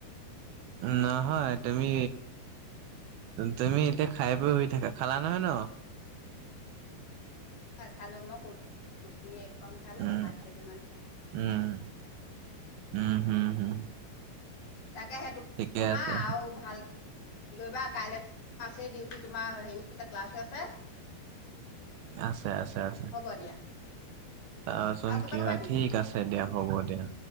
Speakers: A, on the right (about 75°); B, on the left (about 60°).
A: নহয় তুমি তুমি এতিয়া খাই বয় শুই থাকা খালা নহয় ন?
B: খালো মই ৰুটি এখন খালো
A: উম
B: ভাত কেইটামান খালো।
A: উম উম, হম, হম।
B: তাকে সেইতো
A: ঠিকে
B: নহা
A: আছে
B: আৰু ভাল কি কৰিবা কাইলে আছেই ডিউটি তোমাৰ হেৰী আছে ক্লাছও আছে।
A: আছে আছে আছে,
B: হ'ব দিয়া
A: চাচোন
B: আৰু কিবা
A: কি
B: ক'বা
A: হয়।
B: নেকি
A: ঠিক আছে দিয়ক। হ'ব দিয়া।